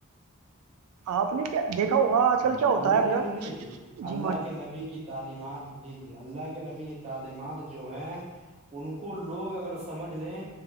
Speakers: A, on the right; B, on the right.
A: آپ نے کیا دیکھا ہوگا آج کل
B: جی
A: کیا ہوتا
B: اللہ
A: ہے اب
B: کے
A: صاحب
B: نبی دیکھیے
A: جی
B: اللہ کے کے نبی کی تعلیمات جی جی اللہ کے نبی کی تعلیمات جو ہے ان کو لوگ اگر سمجھ لیں